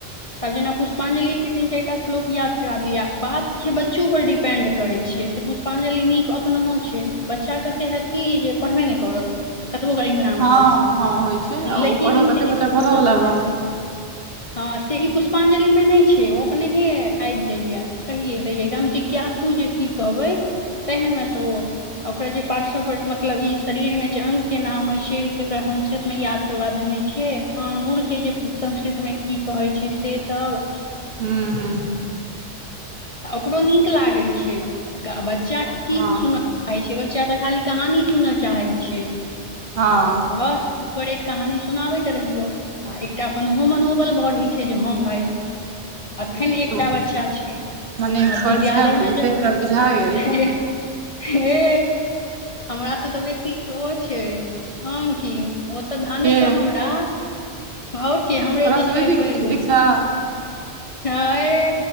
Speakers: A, on the left; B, on the right.
A: तब जेना पुष्पांजलि तीन चारि टा श्लोक याद करा देलियै बात छै बच्चो पर डिपेंड करैत छै से पुष्पांजलि नीक अपन छै बच्चाेते होयत की जे पढ़बे नहि करत कतबो ग इम्हर आमहर
B: हँ
A: कऽ दियौ
B: हँ होइ छै आ ओ
A: लेकिन
B: पढ़ऽ
A: इ
B: कते बच्चा पढ़ऽ
A: हँ
B: वला रहल
A: हँ से ई पुष्पांजलि में न छै ओ अपनेहे आबि जाया कहिये द या एकदम जिज्ञासु जे की कहु ओई एहन में तो ओकरा जे पाआर्ट सआप बॉडी मतलब ई शरीरमे जे अङ्गके नाम होइ छै से ओकरा संस्कृतमे याद करबा देने छियै अंगूर के जे संस्कृत मे की कहै छै से सब
B: ह्म हँ
A: त ओकरो नीक लागैत छै बच्चा की
B: हँ
A: सुना छै बच्चा तऽ खाली कहानी सुनऽ चाहैत छी
B: हँ
A: आ बस एक बार एक कहानी सुनाबै रहियौ आ एकटा अपन ओहो मनोबल बइयऽ रहै छै जे हँ भाय अखेन
B: नीक
A: एकटा
B: छौ
A: बच्चा छै
B: मने
A: आ
B: एक्सपर्ट
A: विद्यालयमे
B: छे तू
A: जे
B: से हमरा बुझा गेल
A: है हे हमरा से तऽ बेसी सेहो छै हम की ओ तऽ धन
B: के
A: क हमरा ओर के हमरे
B: तोरा
A: जे
B: से
A: छै
B: बेसी
A: पैघ
B: के छौ
A: हँ
B: दीक्षा
A: अरे